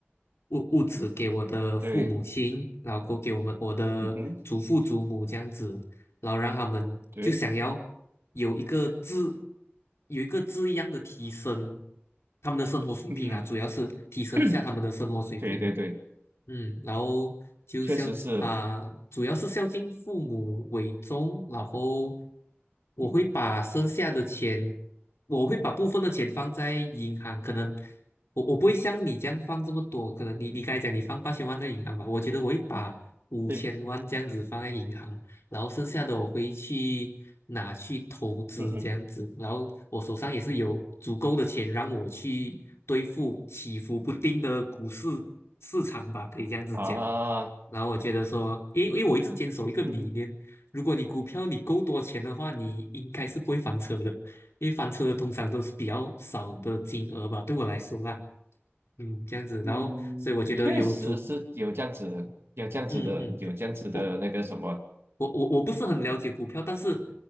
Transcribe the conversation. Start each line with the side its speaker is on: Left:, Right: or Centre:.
Left: 屋屋子给我的父母亲，
Right: 对，
Left: 然后够给我们我的祖父祖母这样子，
Right: 嗯哼，
Left: 然后让他们就想要有一个质
Right: 对，
Left: 有一个质一样的提升，他们的生活水平啦，
Right: 嗯，
Left: 主要是提升一下他们的生活水平。
Right: <clears throat> 对对对，
Left: 嗯，然后就孝啊，
Right: 确实是，
Left: 主要是孝敬父母为重，然后我会把剩下的钱，
Right: 嗯，
Left: 我会把部分的钱放在银行，可能我我不会像你这样放这么多，可能你你刚才讲你放八千万在银行吧，我觉得我会把五千万这样子放在银行，
Right: 对，
Left: 然后剩下的我会去拿去投资这样子，
Right: 嗯哼，
Left: 然后我手上也是有足够的钱让我去对付起伏不定的股市市场吧，可以这样子讲。
Right: 啊，
Left: 然后我觉得说，因为因为我一直坚守一个理念，
Right: 嗯哼，
Left: 如果你股票你够多钱的话，你应该是不会翻车的，因为翻车的通常都是比较少的金额吧，对我来说啦，嗯，这样子，
Right: 嗯，
Left: 然后所以我觉得有足，
Right: 确实是有这样子的，有这样子的，
Left: 嗯嗯。
Right: 有这样子的那个什么，
Left: 我。我我我不是很了解股票，但是